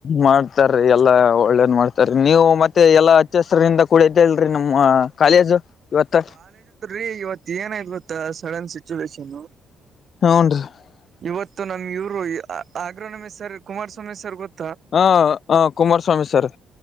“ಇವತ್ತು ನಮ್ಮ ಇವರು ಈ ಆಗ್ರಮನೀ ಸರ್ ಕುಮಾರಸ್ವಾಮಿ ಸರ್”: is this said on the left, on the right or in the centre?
Right